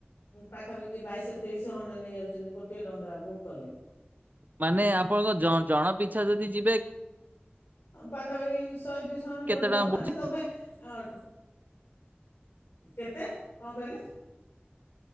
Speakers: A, on the left (about 70°); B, on the right (about 45°).
A: ପାଖାପାଖି ବାଇଶ ତେଇଶି ଶହ ଖଣ୍ଡେ ନେଇଯାଉଛନ୍ତି ଗୋଟିଏ ଡଙ୍ଗା ବୁକ୍ କଲେ।
B: ମାନେ ଆପଣଙ୍କ ଜଣ ପିଛା ଯଦି ଯିବେ।
A: ପାଖା ପାଖି ଶହେ ଦୁଇଶହ ଜଣ
B: କେତେ
A: ପଡିଯିବ
B: ଟଙ୍କା
A: ମାନେ
B: ପଡୁଛି
A: ତମେ ଅଂ କେତେ କଣ କହିଲେ?